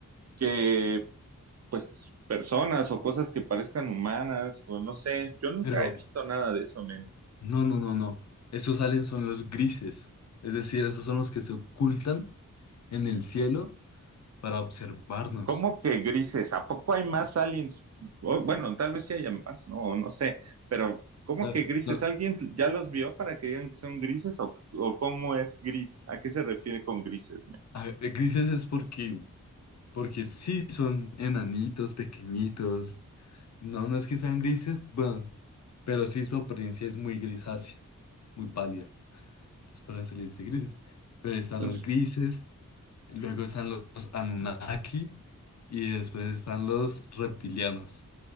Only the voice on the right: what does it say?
que pues personas o cosas que parezcan humanas o no sé, yo nunca
he visto nada de eso, men.
¿Cómo que grises? ¿A poco hay más aliens? Oh, bueno, tal vez sí haya más, no, no sé, pero ¿cómo
que grises?
¿Alguien ya los vio para que digan que son grises o, o cómo es gris? ¿A qué se refiere con grises? men?
Entonces,